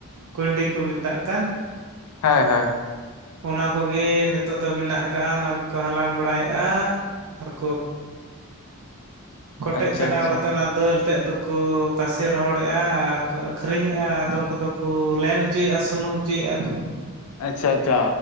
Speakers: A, on the right (about 85°); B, on the left (about 75°).
A: ᱠᱩᱭᱰᱤ ᱠᱚ ᱢᱮᱛᱟᱜ ᱠᱟᱱ᱾
B: ᱦᱳᱭ ᱦᱳᱭ᱾
A: ᱚᱱᱟ ᱠᱚᱜᱮ ᱱᱤᱛᱳᱜ ᱫᱚ ᱢᱮᱱᱟᱜ ᱟᱠᱟᱜᱼᱟ ᱚᱱᱟ ᱠᱚᱠᱚ ᱦᱟᱞᱟᱝ ᱵᱟᱲᱟᱭᱮᱜᱼᱟ᱾ ᱟᱨᱠᱚ ᱠᱚᱴᱮᱡ
B: ᱟᱪᱪᱷᱟ
A: ᱪᱷᱟᱰᱟᱣ
B: ᱟᱪᱪᱷᱟ
A: ᱠᱟᱛᱮ ᱚᱱᱟ ᱫᱟᱹᱞ ᱛᱮᱫ ᱫᱚ ᱠᱚ ᱛᱟᱥᱮ ᱨᱚᱦᱚᱲᱮᱜᱼᱟ ᱟᱨ ᱠᱚ ᱟᱹᱠᱷᱨᱤᱧᱮᱜᱼᱟ, ᱟᱫᱚᱢ ᱠᱚᱫᱚ ᱠᱚ ᱞᱮᱱ ᱚᱪᱚᱭᱮᱜᱼᱟ ᱥᱩᱱᱩᱢ ᱪᱚᱭᱮᱜᱼᱟ ᱠᱚ᱾
B: ᱟᱪᱪᱷᱟ ᱟᱪᱪᱷᱟ,